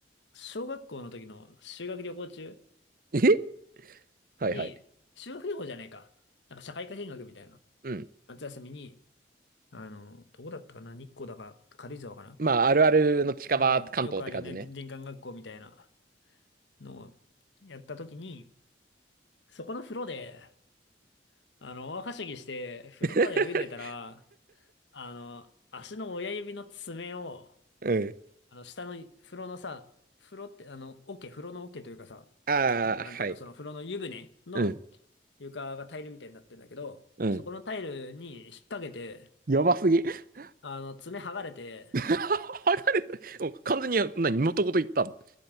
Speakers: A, on the left; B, on the right.
A: 小学校の時の修学旅行中
B: え <laughs> はいはい。
A: に、修学旅行じゃないか。なんか社会科見学みたいな。
B: うん。
A: 夏休みに、あの、どこだったかな日光だか軽井沢かな
B: まあ、あるあるの近場関東って感じね。
A: まあ、よくあるよね。で林間学校みたいなのをやった時に、そこの風呂で、あの、大はしゃぎして、風呂場で泳いでたら、
B: <laughs>
A: あの、足の親指の爪を、
B: うん。
A: あの、下の風呂のさ、風呂って、あの、桶、風呂の桶というかさ、
B: ああ、
A: なんていうの、
B: はい。
A: その風呂の湯船の
B: うん、
A: 床がタイルみたいになってんだけど、
B: うん。
A: そこのタイルに引っ掛けて、
B: やばすぎ。<laughs>
A: あの、爪剥がれて、
B: 剥がれた。もう完全に、な、元ごと言ったの。